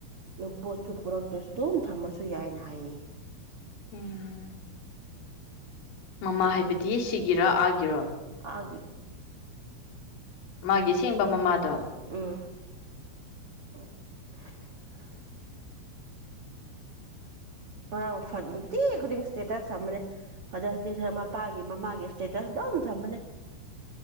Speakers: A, on the right (about 85°); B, on the left (about 70°).
A: ꯅ ꯄꯣꯠꯁꯨ ꯇ꯭ꯔꯁꯨ ꯑꯗꯨꯝ ꯊꯝꯃꯁꯨ ꯌꯥꯏꯅ ꯍꯥꯏꯌꯦ
B: ꯎꯝ ꯃꯃꯥ ꯍꯥꯏꯕꯗꯤ ꯁꯤꯒꯤꯔ ꯑꯥꯒꯤꯔꯣ
A: ꯍꯥꯏꯦ
B: ꯃꯥꯒꯤꯁꯦꯡꯕ ꯃꯃꯥꯗꯣ
A: <unintelligible> ꯍꯔꯥꯡꯤ ꯈꯨꯗꯤꯡ ꯏꯁꯇꯦꯇꯁ ꯊꯃꯅꯦ ꯐꯗꯔ ꯏꯁꯇ ꯃꯄꯥꯒꯤ ꯃꯃꯥꯒꯤ ꯏꯁꯇꯦꯇꯁ ꯑꯗꯨꯝ ꯊꯝꯕꯅꯦ